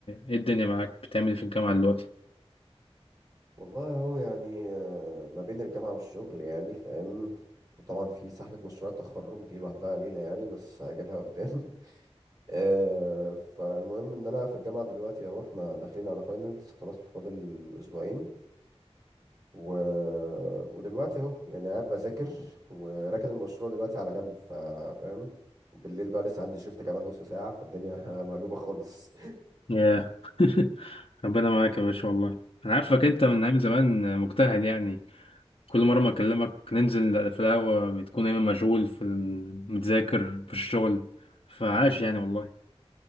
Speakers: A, on the left (about 60°); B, on the right (about 35°).
A: ايه الدنيا معاك بتعمل ايه في الجامعه دلوقتي
B: والله هو يعني آه، ما بين الجامعه والشغل يعني فاهم وطبعا في سحله مشروع التخرج دي لوحدها ليله يعني بس هاجلها قدام <laughs> آه، فالمهم ان انا في الجامعه دلوقتي اهو احنا داخلين على فاينلز خلاص فاضل اسبوعين و... ودلوقتي اهو يعني قاعد بذاكر وراكن المشروع دلوقتي على جنب ف- فاهم وبالليل بقى لسه عندي شيفت كمان نص ساعة فالدنيا <laughs> مقلوبة خالص
A: ياه <laughs> ربنا معاك يا باشا والله انا عارفك انت من ايام زمان مجتهد يعني كل مره ما اكلمك ننزل في القهوه بتكون دايما مشغول في ال- متذاكر في الشغل فعاش يعني والله